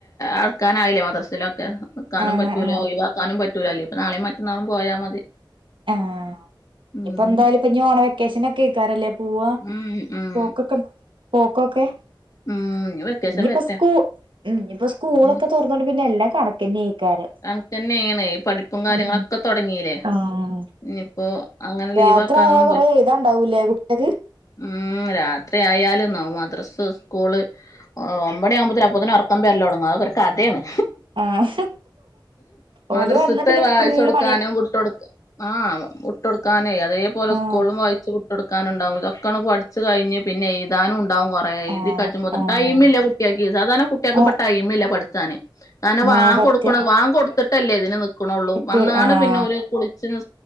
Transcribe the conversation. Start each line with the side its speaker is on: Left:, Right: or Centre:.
Left: ആക്കാനായില്ലേ മദ്രസിലൊക്കെ നക്കാനും
Right: ആഹ്
Left: പറ്റൂല
Right: ആഹ്
Left: ഒഴിവാക്കാനും പറ്റും റ്റൂല്ലേ പ്പ നാളെയും മറ്റന്നാളും പോയാൽ മതി
Right: ആഹ്
Left: ഉം
Right: ഇപ്പൊ എന്തായാലും ഇപ്പൊ ഇ ഓണ വെക്കേഷൻ ഒക്കെ കേക്കാറല്ലേ പോവാ
Left: ഉം ഉം
Right: പോക്കൊക്കെ പോക്കൊക്കെ
Left: ഉം ഇനി വെക്കേഷൻ
Right: ഇനിയിപ്പോ
Left: വരട്ടെ
Right: സ്കൂ ഇനിയിപ്പോ സ്കൂളൊക്കെ
Left: ഉം
Right: തുറന്നോണ്ട് പിന്നെ എല്ലാം കണക്കന്ക്കാരം
Left: കണക്കന്നെയാണ് ഈ പഠിപ്പും കാര്യങ്ങളൊക്കെ
Right: ആഹ്
Left: തൊടങ്ങീല്ലേ
Right: ആഹ്
Left: ഇനിയിപ്പോ അങ്ങനെ ലീവാക്കാനൊന്നും
Right: രാത്രി ആയാ കൊറെ എയുതാണ്ടാവും ല്ല വിട്ടത്
Left: ഉമ് രാത്രി ആയാലും ന മദ്രസ്സ് സ്കൂള് ഒമ്പണിയ ആവുമ്പത്തേും അപ്പത്തിനും ഒർ പത്തം പേരില്ല തുടങ്ങും അതൊ ഒരു കഥയാണ്
Right: ആഹ് ഓല്
Left: മദ്രസത്തെ
Right: വന്നാ പിന്നെ
Left: വായിച്ച
Right: ഫുള്ള്
Left: കൊടുക്കാനോ
Right: പണി
Left: വുട്ടടുക്ക ആ വിട്ടൊടുക്കാനേ അതേപോലെ
Right: ആഹ്
Left: സ്കൂളിലും വായിച്ച് വുട്ട് എടുക്കാനുണ്ടാവും ഇതൊക്കെയാണ് പഠിച്ചു കഴിഞ്ഞ പിന്നെ എഴുതാനും ഉണ്ടാവും കൊറേ എഴുതി
Right: ആഹ്
Left: കഴിബോതിനും
Right: ആഹ്
Left: ടൈമില്ല കുട്ടി യാൾക്ക് സാധാ രണ കുട്ടിയൾക്ക്
Right: ആ
Left: ഇപ്പ ടൈം ഇല്ല പഠിച്ചാന് കാരണം വാകൊടുക്ക
Right: ആഹ് സത്യം
Left: വാ കൊടുത്തിട്ടല്ലേ ഇതിന് ക്ണോള്ളു
Right: ഏറ്റവും
Left: വന്നാണ്ട്
Right: ആഹ്
Left: പിന്നെ ഓല് കുളിച്ചു നി